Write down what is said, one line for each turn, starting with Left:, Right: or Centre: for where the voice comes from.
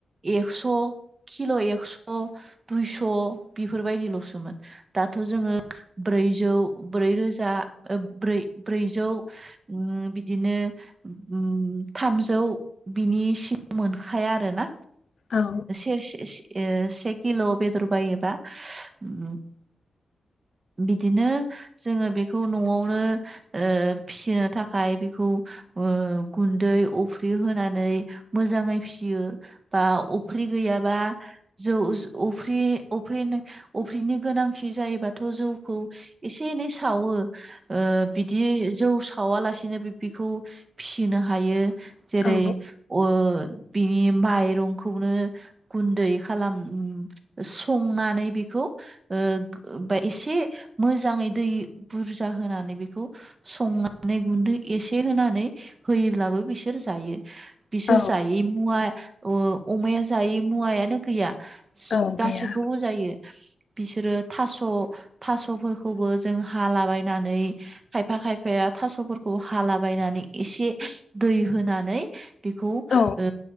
Right: एक्स' किल' एक्स' दुइस' बेफोरबायदिल'सोमोन दाथ' जोङो ब्रैजौ ब्रैरोजा दा ब्रै ब्रैजौ उम बिदिनो उम थामजौ बिनि सिङाव मोनखाया आरोना
Left: औ
Right: से से ओ से किल' बेदर हायोबा उम बिदिनो जोङो बेखौ न'आवनो ओ फिसिनो थाखाय बेखौ ओ गुन्दै अफ्रि होनानै मोजाङै फियो दा अफ्रि गैया बा जौ अफ्रि अफ्रिनि अफ्रिनि गोनांथि जायोबा थ' जौखौ एसे एनै सावो ओ बिदि जौ सावालासिनोबो बिखौ फिसिनो हायो जेरै
Left: औ
Right: ओ बिनि माइरंखौनो गुन्दै खालाम संनानै बेखौ ओ बा एसे मोजाङै दै बुरजा होनानै बेखौ संनानै गुन्दै एसे होनानै होयोब्लाबो बिसोर जायो बिसोर
Left: औ
Right: जायै मुवा ओ अमाया जायै मुवायानो गैया
Left: औ
Right: गासैखौबो
Left: गैया
Right: जायो बिसोरो थास' थास'फोरखौबो जों हालाबायनानै खाय फा खायफाया थास'फोरखौ हालाबायायनानै एसे दै होनानै बेखौ
Left: औ
Right: ओ